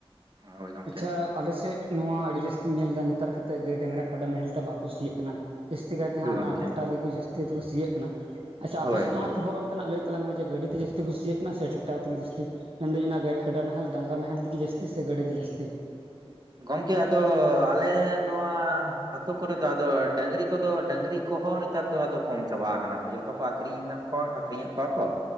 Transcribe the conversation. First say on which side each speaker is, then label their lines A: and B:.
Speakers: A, on the right; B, on the right.
A: ᱦᱳᱭ ᱜᱚᱝᱠᱮ
B: ᱟᱪᱪᱷᱟ ᱟᱞᱮᱥᱮᱜ ᱱᱚᱣᱟ ᱟᱹᱰᱤ ᱡᱟᱹᱥᱛᱤᱧ ᱧᱮᱞ ᱫᱟ ᱱᱮᱛᱟᱨ ᱠᱟᱛᱜ ᱜᱟᱹᱭ ᱰᱟᱝᱨᱟ ᱠᱟᱰᱟ ᱱᱟᱦᱮᱞ ᱛᱮ ᱵᱟᱠᱚ ᱥᱤᱭᱟᱹᱜ ᱠᱟᱱᱟ᱾ ᱡᱟᱹᱥᱛᱤ ᱠᱟᱭᱛᱮ
A: ᱦᱳᱭ
B: ᱦᱟᱸᱜ
A: ᱜᱚᱝᱠᱮ
B: ᱚᱱᱟ ᱴᱨᱟᱠᱴᱟᱨ ᱜᱮᱠᱚ ᱡᱟᱹᱥᱛᱤ ᱫᱚᱠᱚ ᱥᱤᱭᱟᱹᱜ ᱠᱟᱱᱟ ᱟᱪᱪᱷᱟ
A: ᱦᱳᱭ
B: ᱟᱯᱮ ᱥᱮᱱᱟᱜ ᱦᱟᱸᱜ ᱠᱷᱚᱵᱚᱨ ᱚᱱᱛᱮᱱᱟᱜ ᱞᱟᱹᱭ ᱛᱞᱟᱝ ᱢᱮ ᱡᱮ ᱜᱟᱹᱰᱤ ᱛᱮ ᱡᱟᱹᱥᱛᱤ ᱠᱚ ᱥᱤᱭᱮᱜ ᱠᱟᱱᱟ ᱥᱮ ᱴᱮᱠᱴᱟᱨ ᱛᱮᱜᱮ ᱡᱥᱛᱤ? ᱢᱮᱱᱫᱟᱹᱧ ᱚᱱᱟ ᱜᱟᱹᱭ ᱠᱟᱰᱟ ᱱᱟᱦᱮᱞ ᱰᱟᱝᱨᱟ ᱱᱟᱦᱮᱞ ᱛᱮᱜᱤ ᱡᱟᱹᱥᱛᱤ? ᱥᱮ ᱜᱟᱹᱰᱤ ᱛᱮ ᱡᱟᱹᱥᱛᱤ?
A: ᱜᱚᱝᱠᱮ ᱟᱫᱚ ᱟᱞᱮ ᱱᱚᱣᱟ ᱟᱹᱛᱩ ᱠᱚᱨᱮ ᱫᱚ ᱟᱫᱚ ᱰᱟᱹᱝᱨᱤ ᱠᱚᱫᱚ ᱰᱟᱹᱝᱨᱤ ᱠᱚᱦᱚ ᱱᱮᱛᱟᱨ ᱫᱚ ᱟᱫᱚ ᱠᱚᱢ ᱪᱟᱵᱟ ᱠᱟᱱᱟ ᱠᱚ ᱡᱷᱚᱛᱚ ᱠᱚ ᱟᱠᱷᱨᱤᱧ ᱦᱟᱜ ᱠᱚᱣᱟ ᱟᱠᱷᱨᱤᱧᱮᱜ ᱠᱚᱣᱟ ᱠᱚ᱾